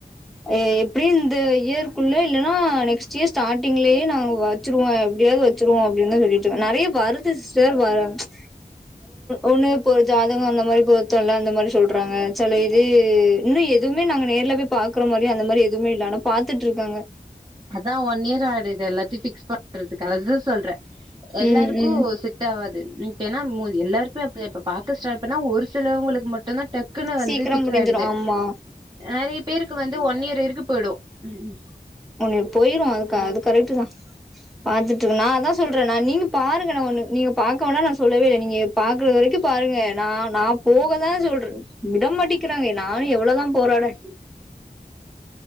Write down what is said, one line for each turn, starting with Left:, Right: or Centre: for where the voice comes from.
Centre: ஏ எப்டி இந்த இயற்க்குள்ள இல்லைன்னா நெக்ஸ்ட் இயர் சாட்டிங்லே நாங்கள் வச்சுடுவோ எப்டியாவது வச்சுடுவோம் அப்பின்னு சொல்லிட்டு நிறைய வருது சிஸ்டர் வறங்க ஒண்ணு இப்போ ஒரு ஜாதகம் அந்த மாரி பொருத்தம் இல்ல அந்த மாரி சொல்றாங்க சில இது இன்னும் எதுவுமே நாங்க நேர்ல போய பாக்குற மாரியி அந்த மாரி எதுவுமே இல்ல ஆனா பாத்துட்டு இருக்காங்க
Right: அதான் ஒன் இயர் ஆயிடு எல்லாத்தி பிஃக்ஸ் பண்றதுக்கா அது சொல்ற எல்லாருக்கும்
Centre: ம் ம்
Right: செட் ஆவாது நையிட்டேன்னா மூவ் எல்லாருக்கும பா பாக்க ஸ்டைல் ஒரு சிலவங்களுக்கு மட்டும்தான் டக்குன்னு வந்து
Centre: சீக்கிரம்
Right: பிக்ஸ்
Centre: முடிஞ்சிரு
Right: ஆயிடுது
Centre: ஆமா
Right: நறைய பேருக்கு வந்து ஒன் இயர் வரைக்கும்போய்டும் உம் உம்
Centre: உன்னு போயிடும் அதுக்க அது கரெக்டு தான் பாத்துட்டு இருக்கு நா அததான் சொல்றேன் நா நீங்க பாருங்க நா ஒண்ணு நீங்க பாக்க வேடா நான் சொல்லவே இல்ல நீங்க பாக்குறது வரைக்கும் பாருங்க நா நா போகதான் சொல்றேன் விடமாட்டிக்கிறாங்க நானும் எவ்வளவுதான் போராடே